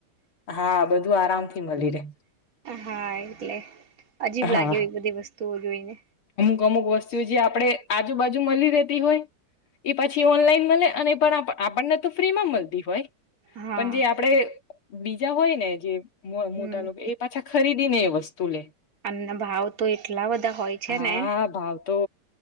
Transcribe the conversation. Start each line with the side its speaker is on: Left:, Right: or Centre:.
Left: હા બધું આરામ થી મળી રે
Right: હાય એટલે અજીબ
Left: હા
Right: લાગે એવી બધી વસ્તુઓ જોઈને
Left: અમુક વસ્તુ જે આપણે આજુબાજુ મળી રહેતી હોય એ પાછી ઓનલાઈન મળને અને એ પણ આપણને તો ફ્રી માં મળતી હોય
Right: હા
Left: પણ જે આપડે બીજા હોય ને જે હોય
Right: હમ
Left: મોટા લોકો એ પાછા ખરીદીને એ વસ્તુ તુલે
Right: અનેના ભાવ તો એટલા બધા હોય છે
Left: હા
Right: ને
Left: ભાવ તો